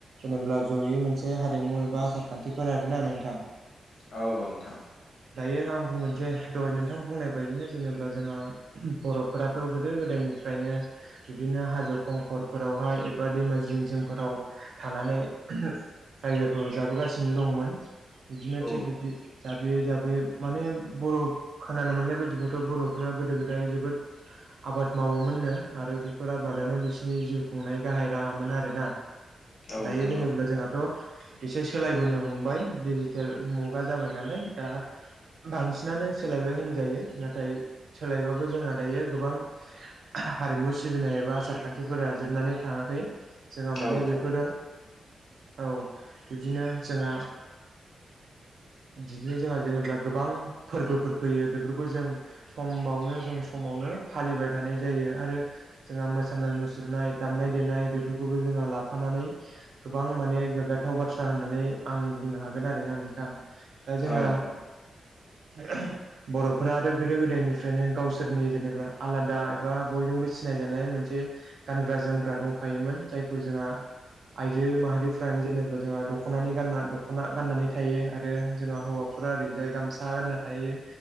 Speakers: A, on the right; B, on the left.
A: जेनेब्ला जयै मोनसे हारिमु एबा आसारखान्थिफोर आरोना नोनथां।
B: औ औ नोंथां।
A: दायो आं बुंगोन जे दहाय नोंथां बुंनाय बायदिनो जेनेबा जोंहा बर'फोराथ' गोदो गोदायनि फ्रायनो बिब्दिनो हाजो खंखरफोरावहाय एबा दैमा जिं जिंफोराव थानानै रायजोखौ जाबोगासिनो दंमोन बिदिनो
B: औ
A: थिग
B: नोंथां
A: बिब्दि दा बे हिसाबै माने बर' खोनानो मोननाय बायदिब्लाथ' बर'फ्रा गोदो गोदाय जोबोद आबाद मावोमोन नो आरो बेफोर आबादानो बिसिनि जिउ खुंनाय गाहाय राहामोन आरोना।
B: औ
A: दायो
B: नोंथां
A: जेनेब्ला
B: औ
A: जोंहाथ' एसे सोलायबोनो हमबाय दिडिजिटेल मुगा जाबाय नालाय दा बांसिनानो सोलायबाय होनजायो नाथाय सोलायबाबो जोंहा दायो गोबां हारिमु सिबिनाय एबा आसार खान्थिफोरा जोबनानै थाङाखै जोंहा माने
B: औ नोंथां
A: बेफोरो औ बिब्दिनो जोंहा बिदिनो जोंहा जेनेब्ला गोबां फोरबोफोर फैयो बेफोरखौ जों समबावनो जों समावनो फालिबाय थानाय जायो आरो जोंहा मोसानाय मुसुरनाय दामनाय देनाय बेफोरखौबो जोंहा लाफा नानै गोबां माने गोग्गाथाव बाथ्रा होननानै आं बुंनो हागोन आरोना नोंथां। दा जोंना
B: औ नोंथा औ
A: <unintelligible> बर'फोरा आरो गोदो गोदायनिफ्रायनो गावसोरनि जेनेब्ला आलादा एबा बयजोंबो सिनायजानाय मोनसे गानग्रा जोमग्रा दंखायोमोन जायखौ जोंहा आइजो माहारिफ्रानो जेनेबा जोंहा दख'नानि गानना दख'ना गाननानै थायो आरो जोंहा हौवाफोरा ओरैजाय गामसा गानना थायो